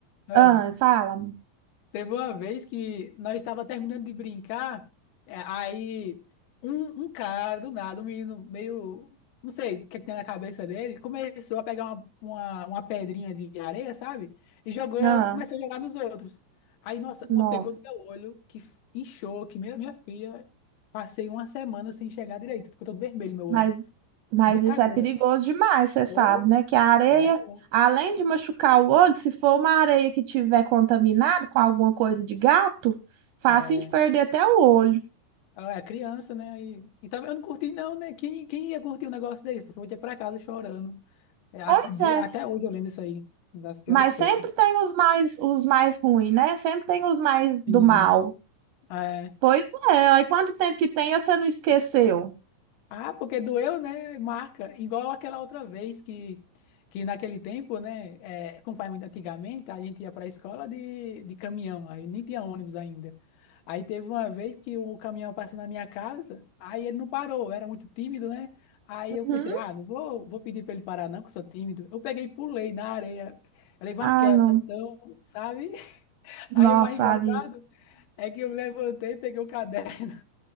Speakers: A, on the left; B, on the right.
A: ah,
B: Ah, fala.
A: teve uma vez que nós estava terminando de brincar, é, aí um, um cara do nada, um menino meio, não sei o que, é que tem na cabeça dele, começou a pegar uma, uma, uma pedrinha de areia, sabe? E jogou,
B: Ah,
A: começou a jogar nos outros. Aí, nossa, uma
B: nossa.
A: pegou no meu olho, que f- inchou, que minha, minha filha, passei uma semana sem enxergar direito, ficou todo vermelho meu
B: Mas,
A: olho.
B: mas
A: Brincadeira.
B: isso é perigoso demais, você sabe,
A: Ô,
B: né? Que a areia,
A: é.
B: além de machucar o olho, se for uma areia que tiver contaminada com alguma coisa de gato, fácil
A: É,
B: de perder até o olho.
A: Ah, é criança, né? E, e também eu não curti, não, né? Quem, quem ia curtir um negócio desse? Eu Voltei pra casa chorando. É, a-
B: Pois
A: de-
B: é,
A: até hoje eu lembro isso aí, das piores
B: mas
A: coisas.
B: sempre tem os mais, os mais ruins, né? Sempre tem os mais do
A: Sim.
B: mal.
A: é.
B: Pois é, aí quanto tempo que tem, e você não esqueceu?
A: Ah, porque doeu, né? Marca. Igual aquela outra vez que, que naquele tempo, né? É, como faz muito antigamente, a gente ia para a escola de, de caminhão, aí nem tinha ônibus ainda. Aí teve uma vez que o caminhão passou na minha casa, aí ele não parou, eu era muito tímido, né? Aí
B: Uhum.
A: eu pensei, ah, não vou, vou pedir para ele parar, não, que eu sou tímido. Eu peguei e pulei na areia. Eu levei
B: Ah,
A: uma queda,
B: não.
A: então, sabe? <laughs>
B: Nossa,
A: Aí o mais engraçado
B: sabe?
A: é que eu me levantei, peguei o caderno.